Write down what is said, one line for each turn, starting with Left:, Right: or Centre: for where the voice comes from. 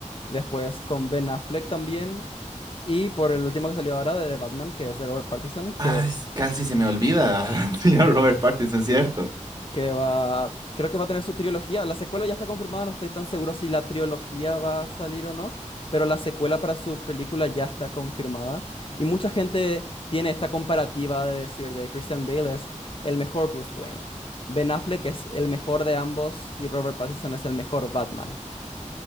Left: después con Ben Affleck también, y por el último que salió ahora de The Batman, que es de Robert Pattinson, que
Right: Ay, casi se me olvida, <laughs> señor
Left: Sí,
Right: Robert Pattinson, ¿cierto?
Left: que va, creo que va a tener su trilogía. La secuela ya está confirmada, no estoy tan seguro si la trilogía va a salir o no, pero la secuela para su película ya está confirmada. Y mucha gente tiene esta comparativa de decir de Christian Bale es el mejor Bruce Wayne, Ben Affleck es el mejor de ambos y Robert Pattinson es el mejor Batman.